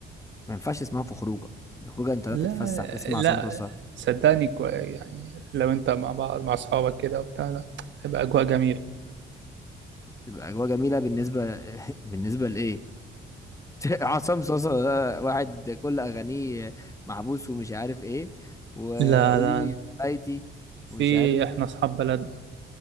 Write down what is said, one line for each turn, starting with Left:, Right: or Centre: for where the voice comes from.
Left: ما ينفعش اسمها في خروجه الخروجه انت لا
Right: لا
Left: تتفسح تسمع
Right: لا
Left: عصام صوصه
Right: صدقني كو- يعني لو أنت مع بعض مع أصحابك كده وبتاع لا هيبقى أجواء جميلة
Left: تبقى اجواء جميله بالنسبه <laughs> بالنسبه لايه <laughs> عصام صوصه ده واحد كل اغانيه محبوس ومش عارف ايه وقولي
Right: لا لا
Left: لي حبايتي
Right: في
Left: ومش عارف
Right: إحنا
Left: ايه
Right: أصحاب بلدنا